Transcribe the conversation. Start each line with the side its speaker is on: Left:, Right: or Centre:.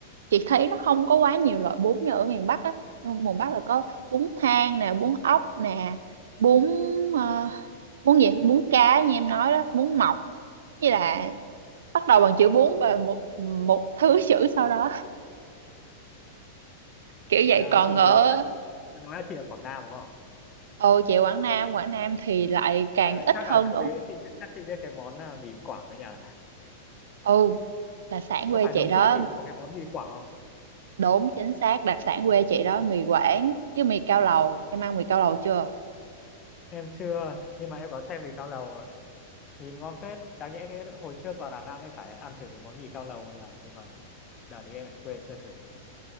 Right: chị thấy nó không có quá nhiều loại bún như ở miền Bắc á nhưng mà miền Bắc là có bún thang nè bún ốc nè bún ờ, bún gì bún cá như em nói đó bún mọc với là bắt đầu bằng chữ bún và một một thứ chữ sau đó kiểu vậy
Left: à,
Right: còn
Left: chị
Right: ở
Left: vừa nói nói là chị ở Quảng Nam đúng không
Right: ồ chị Quảng Nam Quảng Nam thì lại càng
Left: à, vậy
Right: ít
Left: chắc
Right: hơn
Left: là chắc
Right: nữa
Left: biết chị biết chắc chị biết cái món à, mì Quảng ở nhà
Right: ừ đặc sản quê
Left: có phải
Right: chị
Left: đúng
Right: đó
Left: quê chị nó có cái món mì Quảng không
Right: đúng chính xác đặc sản quê chị đó mì Quảng với mì cao lầu em ăn mì cao lầu chưa
Left: em chưa nhưng mà em có xem mì cao lầu rồi. nhìn ngon phết đáng nhẽ cái hồi trước vào Đà Nẵng em phải ăn thử cái món mì cao lầu một lần nhưng mà đợt thì em lại quên chưa thử